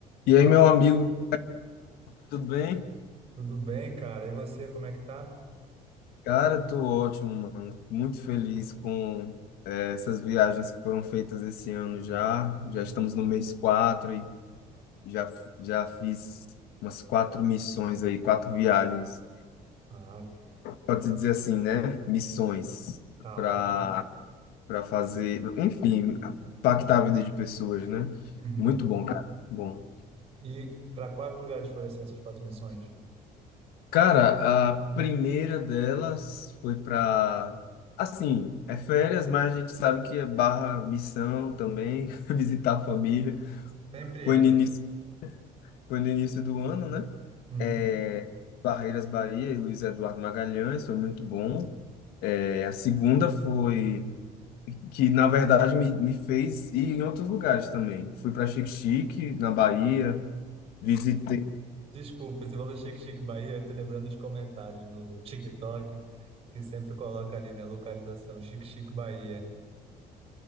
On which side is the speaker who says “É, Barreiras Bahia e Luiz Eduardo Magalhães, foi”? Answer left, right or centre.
Left